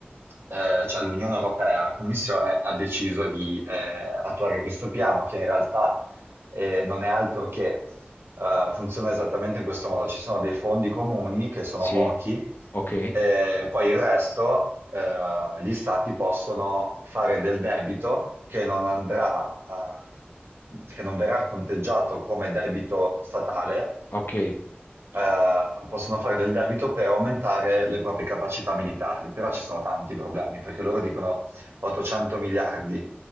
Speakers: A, on the right (about 85°); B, on the left (about 65°).
A: eh, cioè l'Unione Europea, la Commissione ha deciso di eh, attuare questo piano che in realtà eh, non è altro che eh, funziona esattamente in questo modo. Ci sono dei fondi comuni che sono
B: sì,
A: pochi
B: ok,
A: e poi il resto, eh, gli stati possono fare del debito che non andrà a- che non verrà conteggiato come debito statale,
B: ok,
A: eh, possono fare del debito per aumentare le proprie capacità militari. Però ci sono tanti problemi, perché loro dicono 800 miliardi.